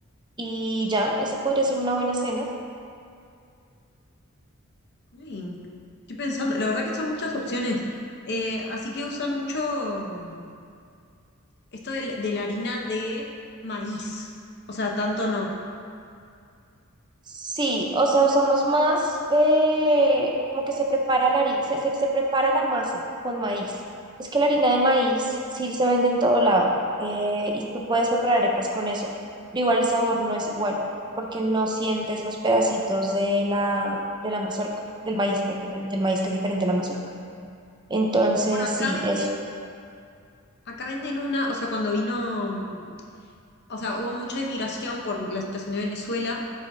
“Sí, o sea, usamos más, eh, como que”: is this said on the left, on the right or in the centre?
Right